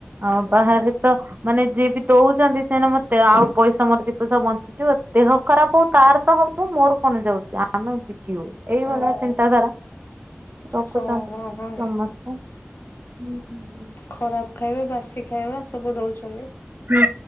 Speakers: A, on the right; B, on the left.
A: ଆଉ ବାହାରେ ତ ମାନେ ଯିଏବି ଦଉଚନ୍ତି ସେମାନେ ମତେ ଆଉ ପଇସା ମୋର ଦିପଇସା ବଞ୍ଚୁଯିବ ଦେହ ଖରାପ୍ ହଉ ତାରତ ହବ ମୋର କଣ ଯାଉଚି ଆ ମାନ ବିକିବୁ ଏଇଭଳିଆ
B: ହଁ
A: ଚିନ୍ତାଧାରା ରଖୁଛନ୍ତି
B: ହଁ ହଁ ହଁ
A: ସମସ୍ତେ। ହୁଁ ହୁଁ।
B: ଖରାପ୍ ଖାଇବା ବାସି ଖାଇବା ସବୁ ଦଉଛନ୍ତି।
A: ହୁଁ